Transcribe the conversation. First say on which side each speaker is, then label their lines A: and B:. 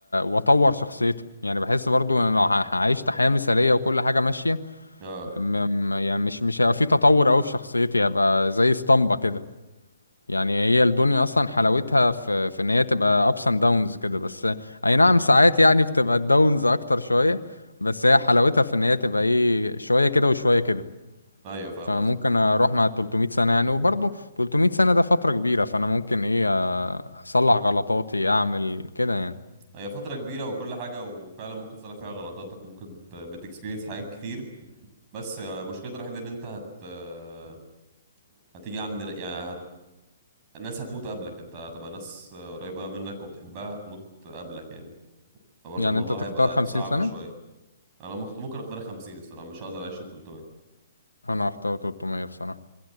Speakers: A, on the left (about 85°); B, on the right (about 35°).
A: واطور شخصيتي يعني بحس برضه ان انا لو ه- عيشت حياة مثالية وكل حاجة ماشية
B: اه
A: م... م- يعني مش مش هيبقى في تطور قوي في شخصيتي هبقى زي اسطمبة كده يعني هي الدنيا اصلا حلاوتها في في ان هي تبقى ups and downs كده بس اي نعم ساعات يعني بتبقى الداونز اكتر شوية بس هي حلاوتها في ان هي تبقى ايه شوية كده وشوية كده
B: ايوه فاهم
A: فممكن
B: قصدي
A: اروح مع 300 سنة يعني وبرضه 300 سنة ده فترة كبيرة فانا ممكن ايه اصلح غلطاتي اعمل كده يعني
B: هي فترة كبيرة وكل حاجة وفعلا ممكن تصلح فيها غلطاتك ممكن ت- بتكسبيرينس حاجات كتير بس آه، مشكلتها الوحيدة ان انت هت آه، هتيجي عند يعني هت... الناس هتموت قبلك انت هتبقى ناس آه، قريبة منك وبتحبها هتموت قبلك يعني فبرضه
A: يعني
B: الموضوع
A: انت تختار
B: هيبقى
A: 50
B: صعب
A: سنة
B: شوية انا مخت- ممكن اختار 50 الصراحة مش هقدر اعيش ال 300
A: انا اختار 300 بصراحة